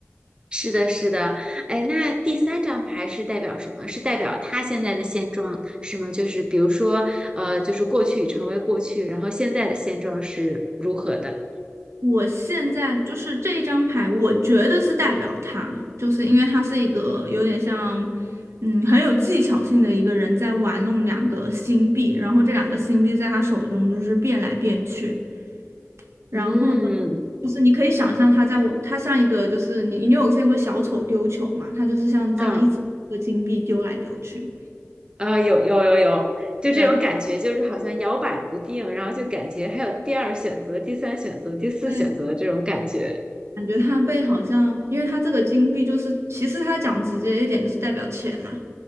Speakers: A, on the right (about 20°); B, on the right (about 70°).
A: 是的，是的。哎，那第三张牌是代表什么？是代表他现在的现状是吗？就是比如说，呃，就是过去已成为过去，然后现在的现状是如何的？
B: 我现在就是这一张牌，我觉得是代表他，就是因为他是一个有点像，嗯，很有技巧性的一个人在玩弄两个星币，然后这两个星币在他手中就是变来变去。然后呢，
A: 嗯，
B: 就是你可以想象它在我，它像一个就是你你有见过小丑丢球吗？它就是像这样一直一个金币丢来丢去。
A: 嗯，啊，有有有有，就这种感觉，
B: 对，
A: 就是好像摇摆不定，然后就感觉还有第二选择、第三选择、第四选择的这种感觉。
B: 对，感觉它被好像，因为它这个金币就是，其实它讲直接一点就是代表钱啦、